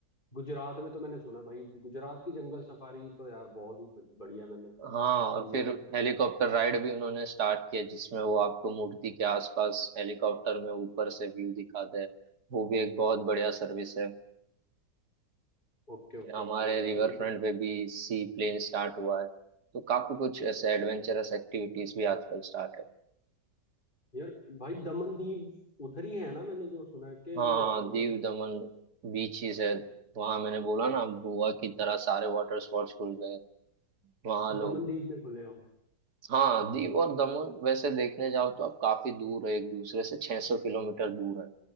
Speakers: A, on the left; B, on the right.
A: गुजरात में तो मैंने सुना भाई गुजरात की जंगल सफारी तो यार बहुत ही ब- बढ़िया मैंने
B: हाँ और फिर
A: मैं
B: हेलीकॉप्टर राइड भी उन्होंने स्टार्ट किया जिसमें वो आपको मूर्ति के आसपास हेलीकॉप्टर में ऊपर से व्यू दिखाते हैं वो भी एक बहुत बढ़िया सर्विस है
A: ओके ओके
B: फिर हमारे
A: ओके यार
B: रिवर
A: ये
B: फ्रंट
A: तो
B: पे भी सी प्लेन स्टार्ट हुआ है तो काफी कुछ ऐसे एडवेंचरस एक्टिविटीज भी आजकल स्टार्ट है
A: यार भाई दमन दीव उधर ही है ना मैंने जो सुना है कि
B: हाँ
A: वो मतलब
B: दीव दमन बीचेस है वहां मैंने बोला ना गोवा की तरह सारे वाटर स्पोर्ट्स खुल गए वहां
A: अच्छा
B: लोग
A: दमन दीव में खुले हैं वो
B: हाँ दीव और दमन वैसे देखने जाओ तो आप काफी दूर है एक दूसरे से 600 किलोमीटर दूर है